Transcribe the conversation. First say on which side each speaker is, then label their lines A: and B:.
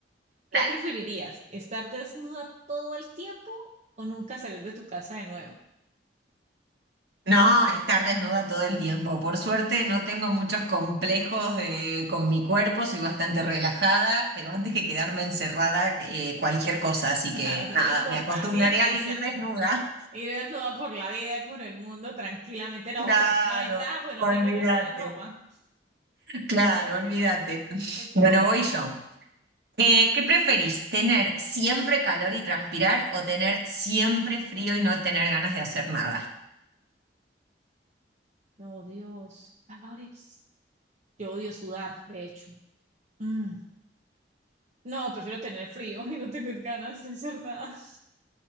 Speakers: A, on the right (about 65°); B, on the right (about 40°).
A: Dale.
B: ¿qué preferirías? ¿Estar desnuda todo el tiempo o nunca salir de tu casa de nuevo? <laughs>
A: No, estar desnuda todo el tiempo. Por suerte no tengo muchos complejos eh, con mi cuerpo, soy bastante relajada, pero antes que quedarme encerrada, eh, cualquier cosa, así
B: O
A: que
B: sea, no
A: nada,
B: importa,
A: me acostumbraré
B: así te
A: a vivir
B: ensa-
A: desnuda.
B: ir desnuda por la vida y por el mundo tranquilamente. No,
A: Claro,
B: pues es una ventaja, pues no
A: olvídate,
B: tiene que gastar en ropa. <laughs>
A: claro,
B: No,
A: olvídate.
B: económico.
A: Bueno, voy yo. Eh, ¿qué preferís? ¿Tener siempre calor y transpirar o tener siempre frío y no tener ganas de hacer nada?
B: No, Dios. Valores. Yo odio sudar, de hecho. Mm. No, prefiero tener frío <laughs> y no tener ganas de hacer nada. <laughs>